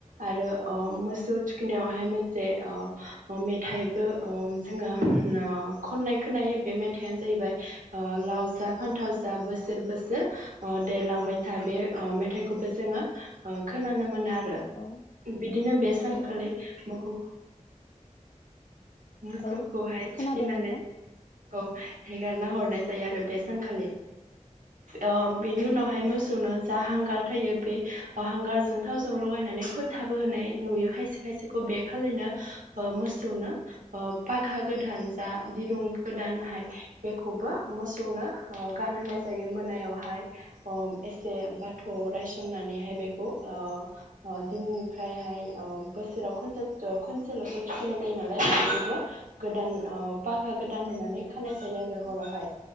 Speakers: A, on the right; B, on the left.
A: आरो अ मोसौ
B: औ
A: थुखैनायावहाय जे ओ मेथाइबो अ जोङो अ खननाय खोनायो बे मेथाइनो जाहैबाय अ लाव जा फान्थाव जा बोसोर बोसोर अ देरलांबाय था अ बे मेथाइखौबो जोङो अ खोनानो मोनो आर आरो
B: औ
A: बिदिनो बे सानखालि
B: औ
A: मोखौ मोसौखौहाय
B: औ खोनादों
A: थुखिनानै
B: नोंथां
A: औ। हेगारना हरनाय जायो आरो बे सानखालि ओ बेनि
B: औ
A: उनावहाय मोसौनो जा हांगार थायो बे अ हांगार जों थावजों लगायनानै फोथाबो होनाय नुयो। खायसे खायसेखौ बे खालिनो ओ मोसौनो अ फागा गोदान जा दिरुं गोदानहाय बेखौबो मोसौनो अ गानहोनाय जायो मोनायावहाय अ एसे बाथौवाव रायसननानैहाय बेखौ अ अ दिननिफ्रायहाय अ। बोसोराव खनसेसथ खनसेल'सो थुखैनाय जायो नालाय बेखौबो गोदान अ फागा गोदान होननानै
B: औ
A: खानाय जायो आरो हरावहाय